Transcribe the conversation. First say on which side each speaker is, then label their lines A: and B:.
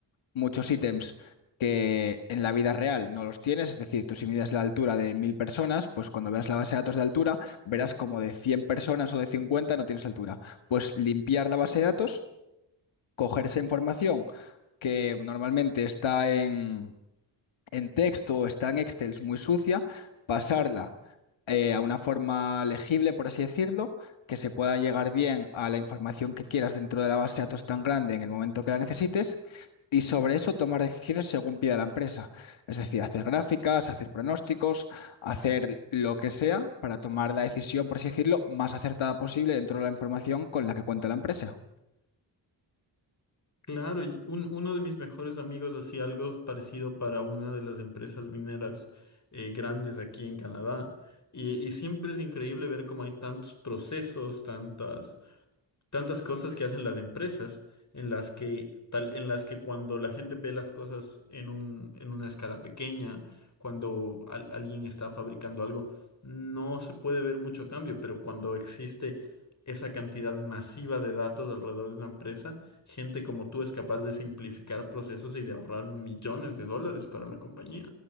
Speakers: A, on the left; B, on the left.
A: muchos ítems que en la vida real no los tienes. Es decir, tú si mides la altura de mil personas, pues cuando veas la base de datos de altura, verás como de 100 personas o de 50 no tienes altura. Pues limpiar la base de datos, coger esa información que normalmente está en, en texto o está en Excel muy sucia, pasarla eh, a una forma legible, por así decirlo, que se pueda llegar bien a la información que quieras dentro de la base de datos tan grande en el momento que la necesites y sobre eso tomar decisiones según pida la empresa. Es decir, hacer gráficas, hacer pronósticos, hacer lo que sea para tomar la decisión, por así decirlo, más acertada posible dentro de la información con la que cuenta la empresa.
B: Claro, y un- uno de mis mejores amigos hacía algo parecido para una de las empresas mineras eh, grandes aquí en Canadá. Y, y siempre es increíble ver cómo hay tantos procesos, tantas tantas cosas que hacen las empresas en las que tal en las que cuando la gente ve las cosas en un, en una escala pequeña, cuando al- alguien está fabricando algo, no se puede ver mucho cambio, pero cuando existe esa cantidad masiva de datos alrededor de una empresa, gente como tú es capaz de simplificar procesos y de ahorrar millones de dólares para la compañía.